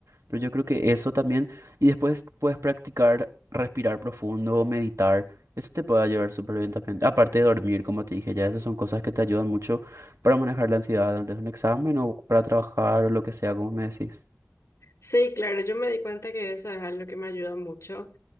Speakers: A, on the right (about 85°); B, on the left (about 70°).
A: Pero yo creo que eso también, y después puedes practicar respirar profundo o meditar. Eso te puede ayudar súper bien también. Aparte de dormir, como te dije ya, esas son cosas que te ayudan mucho para manejar la ansiedad antes de un examen o para trabajar o lo que sea, como me decís.
B: Sí, claro, yo me di cuenta que eso es algo que me ayuda mucho,